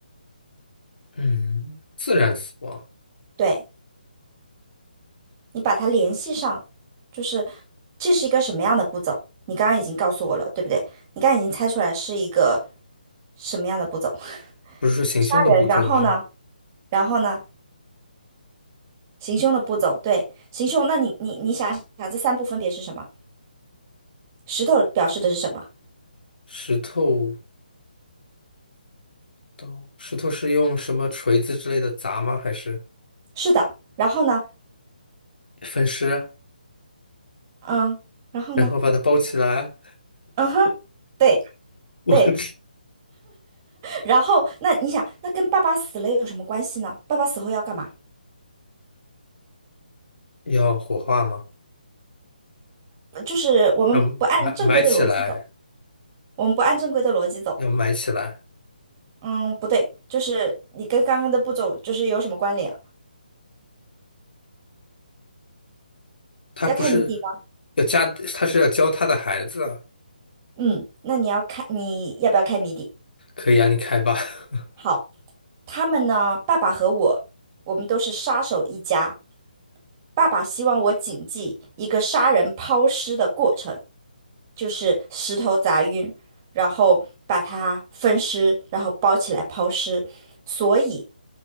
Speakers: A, on the left (about 80°); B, on the right (about 15°).
A: 嗯，自然死亡？
B: 对，你把它联系上，就是这是一个什么样的步骤？你刚刚已经告诉我了，对不对？你刚刚已经猜出来是一个什么样的步骤？
A: 不是说行凶的步骤吗？
B: 杀人，然后呢？然后呢？行凶的步骤，对，行凶。那你你你想想，这三步分别是什么？石头表示的是什么？
A: 石头刀，石头是用什么锤子之类的砸吗？还是
B: 是的，然后呢？
A: 分尸，
B: 嗯，然后呢？
A: 然后把它包起来？
B: 嗯哼，对
A: <laughs> 我去，
B: 对，然后，那你想，那跟爸爸死了有什么关系呢？爸爸死后要干嘛？
A: 要火化吗？
B: 就是我们不按正规的逻辑走，
A: 要埋埋起来，
B: 我们不按正规的逻辑走。
A: 要埋起来。
B: 嗯，不对，就是你跟刚刚的步骤就是有什么关联？
A: 他不是要家，
B: 要开谜底吗？
A: 他是要教他的孩子啊。
B: 嗯，那你要开，你要不要开谜底？
A: 可以啊，你开吧。<laughs>
B: 好，他们呢，爸爸和我，我们都是杀手一家。爸爸希望我谨记一个杀人抛尸的过程，就是石头砸晕，然后把它分尸，然后包起来抛尸。所以，